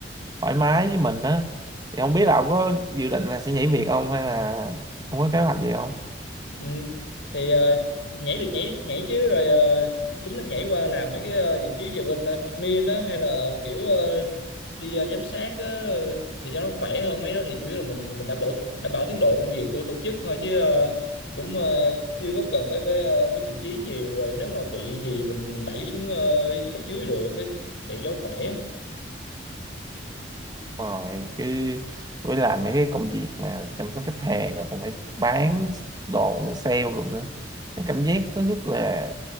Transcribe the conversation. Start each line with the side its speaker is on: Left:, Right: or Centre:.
Right: thoải mái với mình á thì không biết là ông có dự định là sẽ nhảy việc không hay là không có kế hoạch gì không?
Left: Ừ. Thì ờ, nhảy được nhảy nhảy chứ rồi ờ, tính là nhảy qua làm mấy cái ờ, vị trí về bên ờ, admin á hay là kiểu ờ, đi ờ, giám sát á ờ, thì cho nó khỏe hơn mấy đó thì chủ yếu là mình mình đảm bảo đảm bảo tiến độ công việc của tổ chức thôi chứ ờ, cũng ờ, chưa có cần phải phải ờ, phải bị dí nhiều rồi nếu mà bị gì thì mình mình đẩy xuống ờ, cấp dưới được á, vậy cho khỏe.
Right: rồi chứ với lại mấy cái công việc mà chăm sóc khách hàng rồi còn phải bán đồ nữa sale luôn nữa cái cảm giác nó rất là